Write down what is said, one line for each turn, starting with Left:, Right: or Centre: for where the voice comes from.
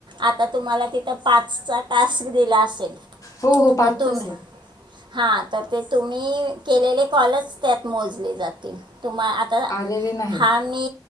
Right: आता तुम्हाला तिथं पाचचा टास्क दिला असेल
Left: हो हो पाचच
Right: तत्ो म
Left: आहे
Right: हां तर ते तुम्ही केलेले कॉलच त्यात मोजले जातील तुम्हा आ तर
Left: आलेले नाही.
Right: हा मी